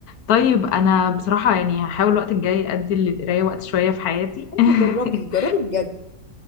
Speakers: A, on the left (about 80°); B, on the left (about 40°).
A: طيب أنا بصراحة يعني هحاول الوقت الجاي أدي للقراية وقت شوية في حياتي
B: ايوه
A: <laughs>
B: جربي جربي بجد